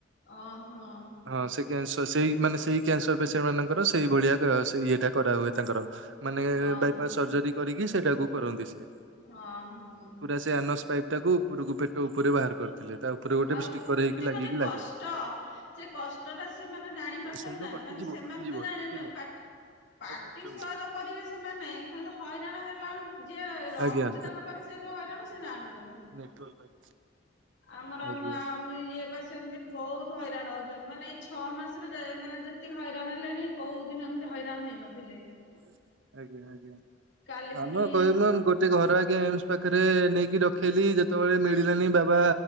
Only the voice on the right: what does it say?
ହଁ ସେ କ୍ୟାନସ ସେଇ ମାନେ ସେଇ କ୍ୟାନସର ପେସେଣ୍ଟ ମାନଙ୍କର ସେଇ ଭଳିଆ ସେ ଇଏଟା କରା ହୁଏ ତାଙ୍କର। ମାନେ
ବାଇପାସ୍ ସର୍ଜରୀ କରିକି ସେଇଟାକୁ କରନ୍ତି ସିଏ।
ପୁରା ସେ ଆନସ୍ ପାଇପ୍ଟାକୁ ପୂରକୁ ପେଟ ଉପରେ ବାହାର କରି ଥିଲେ ତା ଉପରେ। ଗୋଟେ
ଷ୍ଟିକର
ହେଇକି ଲାଗିକି
ଲାଗେ।
ଶୂନ
କଟିଯିବ
କଟିଯିବ
ଟିକେ ରୁହ
ଆଉ ପାଞ୍ଚ
ମିନିଟ୍ ଅଛି।
ଆଜ୍ଞା
ନେଟୱର୍କ ପାଇଁ।
ଆଜ୍ଞା।
ଆଜ୍ଞା ଆଜ୍ଞା
ନା
ନୁ କହିଲ ନ୍ ଗୋଟ୍ ଗୋଟେ ଘର ଆଜ୍ଞା ଏମ୍ ସ୍ ପାଖରେ ନେଇକି ରଖେଇଲି ଯେତେବେଳେ ମିଳିଲାନି ବାବା।